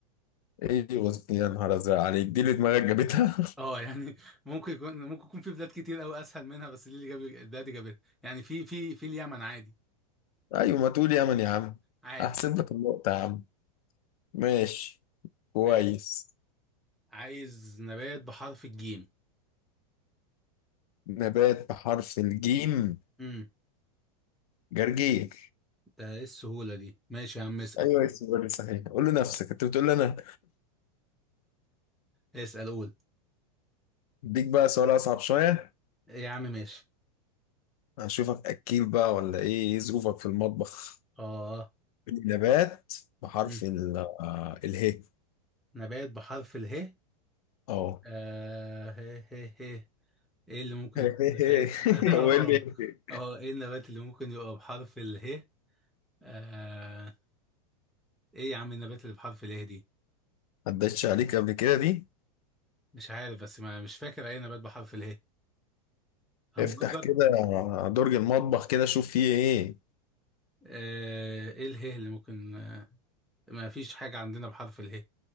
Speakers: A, on the left; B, in the centre.
A: ايوه يا نهار ازرق عليك دي اللي دماغك جابتها
B: اه يعني <laughs> ممكن يكون ممكن يكون في بلاد كتير قوي اسهل منها بس دي اللي جاب البلاد اللي جابتها يعني في في في اليمن عادي
A: <laughs> ايوه ما تقول يمن يا عم
B: عادي
A: احسب لك النقطه يا عم ماشي كويس
B: ماشي عايز نبات بحرف الجيم
A: نبات بحرف الجيم
B: امم
A: جرجير
B: ده ايه السهولة دي ماشي يا عم اسأل
A: ايوه اسمه جرجير صحيح قول لنفسك انت بتقول لي انا
B: اسأل قول
A: اديك بقى سؤال اصعب شويه
B: يا عم ماشي
A: هشوفك اكيل بقى ولا ايه ايه ظروفك في المطبخ
B: اه
A: نبات بحرف
B: امم
A: ال آه، اله
B: نبات بحرف اله
A: اه
B: آه هي هي هي ايه اللي ممكن
A: <laughs>
B: يكون نبات <laughs> اه
A: هو ايه اللي
B: اه ايه النبات اللي ممكن يبقى بحرف اله آه... ايه يا عم النبات اللي بحرف اله دي
A: عدتش عليك قبل كده دي
B: مش عارف بس ما مش فاكر اي نبات بحرف اله همبرجر
A: افتح كده درج المطبخ كده شوف فيه ايه
B: آه... ايه اله اللي ممكن آه... ما فيش حاجة عندنا بحرف اله